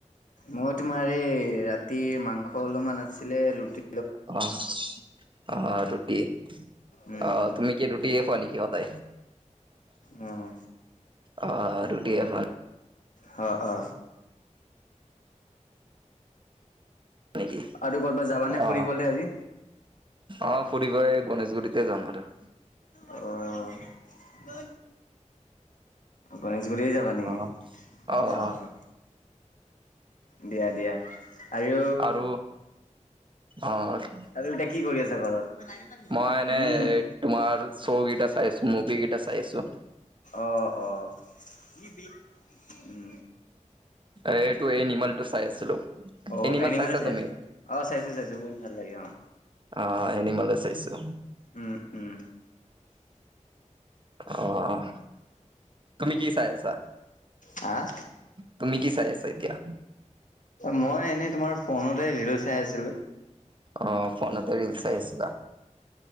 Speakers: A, on the left; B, on the right.
A: মই তোমাৰ এই ৰাতিৰ মাংস অলপমান আছিলে ৰুটি
B: অ'। অ' তুমি
A: উম,
B: অ' তুমি কি ৰুটি খুৱা নেকি সদায়।
A: উম,
B: অ' আৰু <unintelligible>
A: অ' অ'।
B: নেকি
A: আৰু ক'ৰবাত যাবানে ফুৰিবলে
B: অ
A: আজি?
B: অ ফুৰিব গণেশগুৰিতে যাম আৰু।
A: অহ গণেশগুৰি যাবা নেকি
B: অহ অহ
A: অ দিয়া দিয়া। আৰু,
B: আৰু অহ
A: আৰু এতিয়া কি কৰি আছে ঘৰত
B: মই এনে
A: উম,
B: তোমাৰ শ্ব' কেইটা চাইছো মুভি কেইটা চাই আছো।
A: অ অ উম
B: এইটো এই নিমলটো চাই আছিলো
A: অ এনিমেল
B: চাইছা
A: চাইছো
B: তুমি?
A: অ চাইছো চাইছো বহুত ভাল লাগে অ।
B: অ এনিমেল চাইছো।
A: উম, উম,
B: অহ তুমি কি চাই আছা।
A: হা‌
B: তুমি কি চাই আছা এতিয়া।
A: মই এনেই তোমাৰ ফোনতে ৰিল চাই আছিলো।
B: অ ফোনতে। ৰিল
A: উম
B: চাই
A: <inaudible>
B: আছিলা